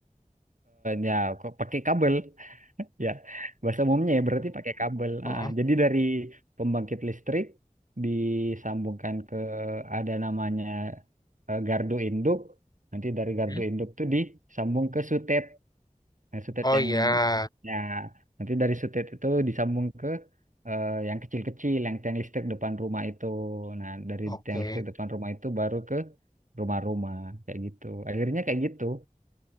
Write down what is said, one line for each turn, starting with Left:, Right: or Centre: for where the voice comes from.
Right: ya kok pakai kabel <laughs> ya bahasa umumnya ya berarti pakai kabel
Left: Oh.
Right: Ah, ah. jadi dari pembangkit listrik disambungkan ke ada namanya eh, gardu induk nanti dari gardu
Left: Hmm?
Right: induk tuh disambung ke sutet Nah, sutet
Left: Oh
Right: yang
Left: ya,
Right: ya nanti dari sutet itu disambung ke eh, yang kecil-kecil, yang tiang listrik depan rumah itu. Nah, dari
Left: oke.
Right: tiang listrik depan rumah itu baru ke rumah-rumah kayak gitu. Akhirnya kayak gitu.